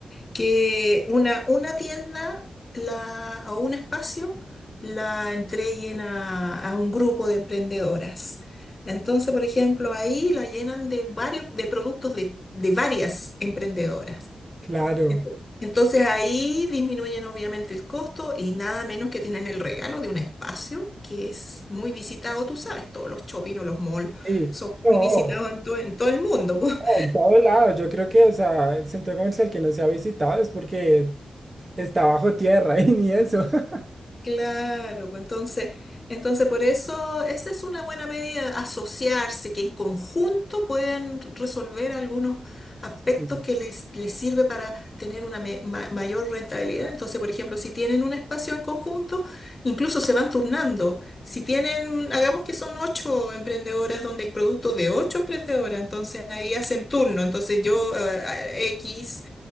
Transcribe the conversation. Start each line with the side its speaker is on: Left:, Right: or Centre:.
Left: que una, una tienda la, o un espacio la entreguen a, a un grupo de emprendedoras. Entonces, por ejemplo, ahí la llenan de varios, de productos de, de varias emprendedoras.
Right: Claro.
Left: Ento- Entonces ahí disminuyen obviamente el costo y nada menos que tienen el regalo de un espacio que es muy visitado, tú sabes, todos los shopping o los malls
Right: Sí.
Left: son
Right: No.
Left: muy visitados en, to- en todo el mundo. <laughs>
Right: En todo lado, yo creo que, o sea, el centro comercial que no se ha visitado es porque está bajo tierra <laughs> y ni eso. <laughs>
Left: Claro, pues entonces, entonces por eso esa es una buena medida, asociarse, que en conjunto pueden resolver algunos aspectos
Right: Sí,
Left: que les, les sirve para tener una me- ma- mayor rentabilidad. Entonces, por ejemplo, si tienen un espacio en conjunto, incluso se van turnando. Si tienen, hagamos que son ocho emprendedoras donde hay productos de ocho emprendedoras, entonces ahí hacen turno. Entonces yo, eh, X